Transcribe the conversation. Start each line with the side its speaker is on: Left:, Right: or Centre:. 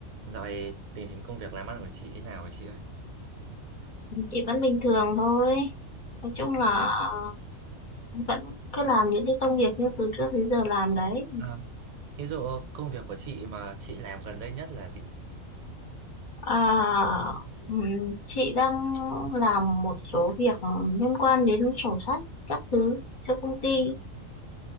Right: Dạo này tình hình công việc làm ăn của chị thế nào vậy chị ơi?
Left: chị vẫn bình thường thôi nói chung là
Right: Ờ,
Left: ờ, vẫn cứ làm những cái công việc như từ trước đến giờ làm đấy
Right: ờ, thí dụ công việc của chị mà chị làm gần đây nhất là gì?
Left: à, ừm, chị đang làm một số việc liên quan đến sổ sách các thứ cho công ty
Right: Ừ,